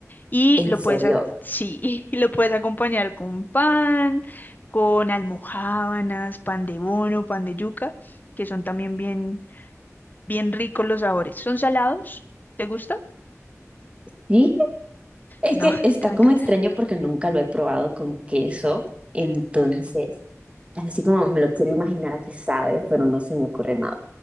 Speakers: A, on the left; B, on the right.
A: y
B: En
A: lo
B: serio.
A: puedes, ac- sí, <laughs> y lo puedes acompañar con pan, con almojábanas, pan de bono, pan de yuca, que son también bien, bien ricos los sabores. ¿Son salados? ¿Te gusta?
B: Sí, es
A: No,
B: que
A: <laughs>
B: está
A: te va
B: como
A: a encantar.
B: extraño porque nunca lo he probado con queso. Entonces, Así como me lo quiero imaginar a qué sabe, pero no se me ocurre nada.